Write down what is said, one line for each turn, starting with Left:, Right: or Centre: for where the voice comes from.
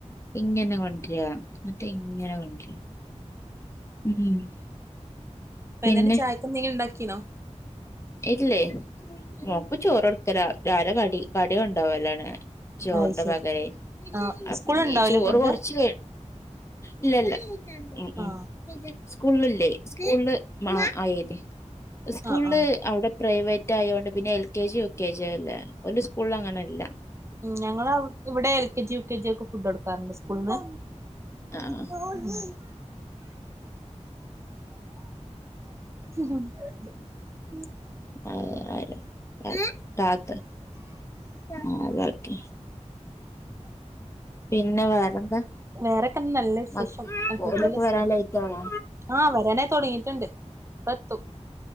Left: ഇങ്ങനെ കൊണ്ടുവരിക. എന്തിട്ട് ഇങ്ങന കൊണ്ട് വരുക ഉം
Right: വൈകുന്നേരം
Left: പിന്നെ
Right: ചായക്ക് എന്തെങ്കിലും ഉണ്ടാക്കീനോ
Left: ഇല്ലേ. മോക്ക് ചോറ് കൊടുക്കല. രാവിലെ കടി, കടിയാ കൊണ്ടോകലാണ് ചോറിന്റെ
Right: അയ് ശരി
Left: വകയിയി.
Right: ആ
Left: അ
Right: സ്കൂൾ
Left: പിന്നെ
Right: ഉണ്ടാവൂലേ
Left: ചോറ്
Right: ഫുഡ്
Left: കുറച്ച് ഇല്ലല്ല ഉം
Right: ആ
Left: ഉം സ്കൂളില്ലേ, സ്കൂള് മാ ആയേര്. സ്കൂള്
Right: ആ ആ
Left: അവിടെ പ്രൈവറ്റ് ആയതോണ്ട് പിന്നെ L K G. U K G അല്ലേ. ഓലെ സ്കൂളിൽ അങ്ങനെയല്ല.
Right: ഞങ്ങളെ ഇവിടെ L K G U K G ഒക്കെ ഫുഡ് കൊടുക്കാറുണ്ട് സ്കൂളിൽന്ന്
Left: ആഹ്
Right: പോടീ ഉം ഉം <unintelligible>
Left: ആഹ് ആഹ്.. താത്ത് ആഹ് അതാക്ക്. പിന്നെ വേറെന്താ
Right: വേറൊക്കെ നല്ല വിശേഷം.
Left: മ ഓലൊക്കെ വരാൻ
Right: സുഖം.
Left: ലേറ്റ് ആയോ
Right: ആ വരാൻ ആയി തുടങ്ങിയിട്ടുണ്ട് <unintelligible> ഇപ്പം എത്തും.